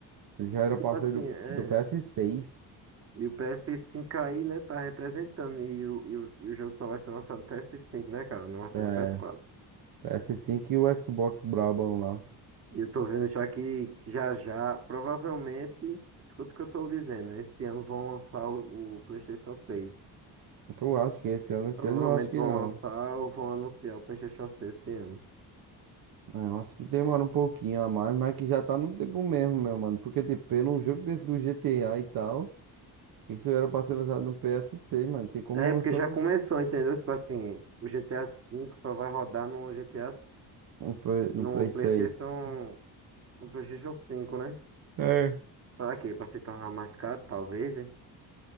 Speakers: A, on the right; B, on the right.
A: Ele já era
B: E tipo
A: parceiro
B: assim, é.
A: do, do PS6,
B: E o PS5 aí, né, tá representando. E o, e o, e o jogo só vai ser lançado no PS5, né, cara? Não vai ser
A: é,
B: no PS4.
A: PS5 e o Xbox Brabão lá.
B: E eu tô vendo já que, que já já, provavelmente, escuta o que eu tô dizendo, né? Esse ano vão lançar o, o PlayStation 6.
A: Então Eu acho que esse ano? Esse
B: Provavelmente
A: ano eu acho que
B: vão
A: não.
B: lançar ou vão anunciar o PlayStation 6 esse ano.
A: É, eu acho que demora um pouquinho a mais, mas que já tá no tempo mesmo, meu mano. Porque, tipo, pelo um jogo desse do GTA e tal, isso era pra ser lançado no PS6, mano. Tem como
B: É,
A: lançar
B: porque já
A: no,
B: começou, entendeu? Tipo assim, o GTA V só vai rodar no GTA, s-
A: no Play no
B: no
A: Play 6.
B: PlayStation, no PlayStation 5, né?
A: É.
B: Pra quê? Pra se tornar mais caro, talvez, hein